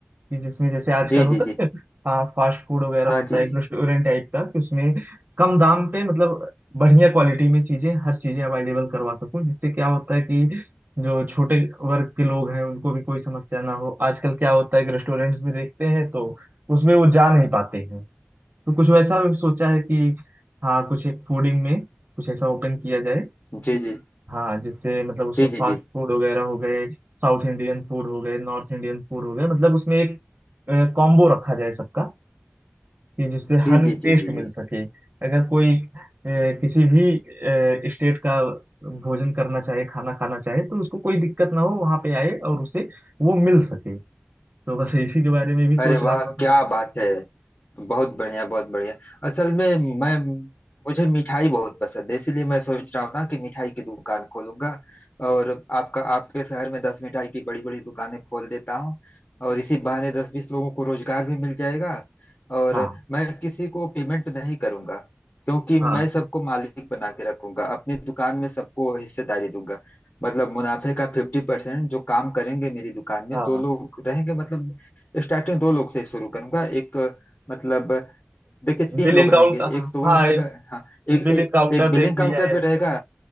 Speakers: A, on the right; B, on the left.
A: कि जिसमें जैसे आजकल
B: जी
A: होता
B: जी जी
A: है हाँ फास्ट फूड वगैरह
B: हाँ
A: होता
B: जी
A: है एक रेस्टोरेंट टाइप का कि उसमें कम दाम पे मतलब बढ़िया क्वालिटी में चीजें हर चीजें अवेलेबल करवा सकूं जिससे क्या होता है कि जो छोटे वर्ग के लोग हैं उनको भी कोई समस्या ना हो आजकल क्या होता है कि रेस्टोरेंट्स में देखते हैं तो उसमें वो जा नहीं पाते हैं तो कुछ वैसा भी सोचा है कि हाँ कुछ एक फूडिंग में कुछ ऐसा ओपन किया जाए
B: जी जी
A: हाँ जिससे मतलब उसमें
B: जी जी
A: फास्ट
B: जी जी
A: फूड वगैरह हो गए साउथ इंडियन फूड हो गए नॉर्थ इंडियन फूड हो गए मतलब उसमें एक कॉम्बो रखा जाए सबका कि जिससे
B: जी
A: हर
B: जी जी
A: टेस्ट
B: जी जी जी
A: मिल सके अगर कोई अ, किसी भी स्टेट का भोजन करना चाहे खाना खाना चाहे तो उसको कोई दिक्कत ना हो वहाँ पे आए और उसे वो मिल सके तो बस इसी के बारे में भी सोच
B: अरे
A: रहा
B: वाह
A: था थोड़ा
B: क्या बात है बहुत बढ़िया बहुत बढ़िया असल में मैं मुझे मिठाई बहुत पसंद है इसीलिए मैं सोच रहा हूँ ना कि मिठाई की दुकान खोलूंगा और आपका आपके शहर में दस मिठाई की बड़ी बड़ी दुकानें खोल देता हूँ और इसी बहाने दस बीस लोगों को रोजगार भी मिल जाएगा और
A: हाँ
B: मैं किसी को पेमेंट नहीं करूंगा क्योंकि मैं
A: हाँ
B: सबको मालिक बना के रखूंगा अपनी दुकान में सबको हिस्सेदारी दूंगा मतलब मुनाफे का फिफ्टी परसेंट जो काम करेंगे मेरी दुकान में
A: हाँ
B: दो लोग रहेंगे मतलब स्टार्टिंग दो लोग से ही शुरू करूंगा एक मतलब देखिए तीन
A: Billing
B: लोग रहेंगे
A: counter
B: एक तो वह
A: हाँ
B: रहेगा हाँ एक
A: बिलिंग
B: एक,
A: काउंटर
B: एक बिलिंग
A: देख
B: काउंटर
A: लिया है
B: पे रहेगा